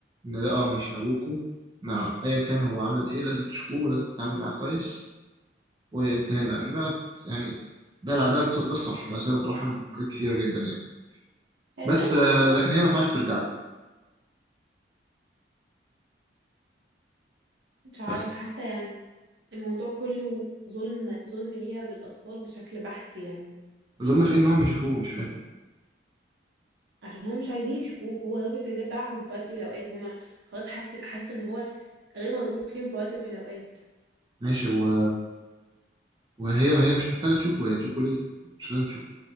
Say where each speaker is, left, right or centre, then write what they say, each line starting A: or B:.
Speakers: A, on the right; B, on the right.
A: ان ده اه ماشي ابوكو مع ايا كان هو عمل ايه لازم تشوفوه ولازم تتعامل معاه كويس وانتهينا لان ده يعني ده الع- ده الص- ده الصح ده صلة رحم وحاجات كثيرة جدا يعني
B: هي
A: بس
B: سيدة
A: آه،
B: رحم صح
A: لكن
B: والله.
A: هي ما ينفعش ترجع له
B: مش عارفة
A: بس
B: حاسة يعني الموضوع كله ظلم ظلم ليها وللأطفال بشكل بحت يعني
A: الظلم في إيه؟ ان هم يشوفوه مش فاهم
B: عشان هم مش عايزين يشوفوه هو الراجل ده باعهم في وقت من الأوقات هما خلاص حاسة حاسة ان هو غير مرغوب فيهم في وقت من الأوقات
A: ماشي و... وهي ما هي مش محتاجة تشوفه هي تشوفه ليه مش لازم تشوفه